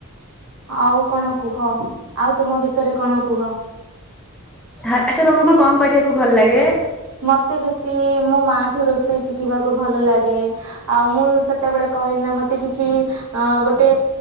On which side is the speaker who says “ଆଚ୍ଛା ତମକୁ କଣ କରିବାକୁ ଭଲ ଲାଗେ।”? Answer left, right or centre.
Centre